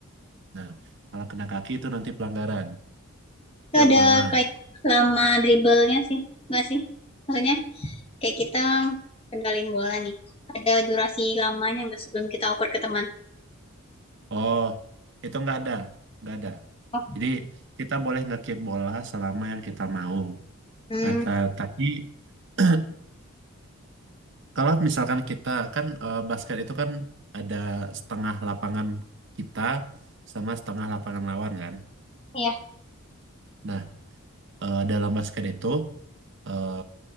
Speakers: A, on the right; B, on the left.
A: Nah, kalau kena kaki itu nanti pelanggaran. Itu
B: Itu
A: yang
B: ada
A: pertama.
B: kayak lama dribblenya sih, nggak sih? Maksudnya kayak kita kendalin bola nih. Ada durasi lamanya nggak sebelum kita oper ke teman?
A: Oh, itu nggak ada, nggak ada.
B: Oh,
A: Jadi kita boleh ngekip bola selama yang kita mau.
B: hmm,
A: Nah, ta- tapi <clears throat> Kalau misalkan kita kan eh, basket itu kan ada setengah lapangan kita sama setengah lapangan lawan kan.
B: iya.
A: Nah, eh, dalam basket itu eh,